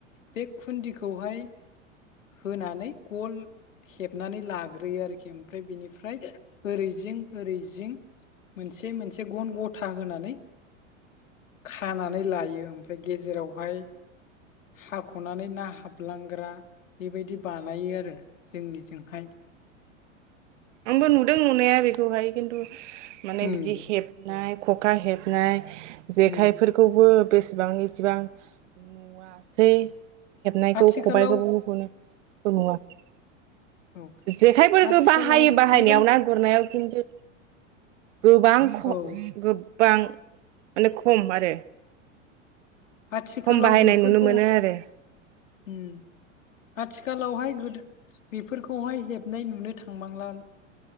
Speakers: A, on the left; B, on the right.
A: बे खुन्दिखौहाय होनानै गल हेबनानै लाग्रोयो आरोखि ओमफ्राय बिनिफ्राय ओरै जिं ओरै जिं मोनसे मोनसे गन गथा होनानै खानानै लायो ओमफ्राय गेजेरावहाय हाखनानै ना हाबलांग्रा बेबायदि बानायो आरो जोंनिजोंहाय ।
B: आंबो नुदों नुनाया बेखौहाय खिन्थु, माने
A: उम
B: बिदि हेबनाय खखा हेबनाय, जेखाइ
A: उम
B: फोरखौबो बेसेबां बिदिबां नुवासै हेबनायखौ
A: आथिखालाव
B: खबाइ
A: औ
B: जेखाइफोरखौ
A: आथिखालाव
B: बा हायो बाहायनायाव
A: बेबाय
B: ना गुरनायाव खिन्थु गोबां ख
A: औ
B: गोबां माने खम आरो
A: आथिखालाव
B: खम बाहायनाय
A: बेफोरखौ
B: नुनो मोनो
A: ओम
B: आरो
A: आथिखालावहाय गोदो बेफोरखौहाय हेबनाय नुनो थांबांला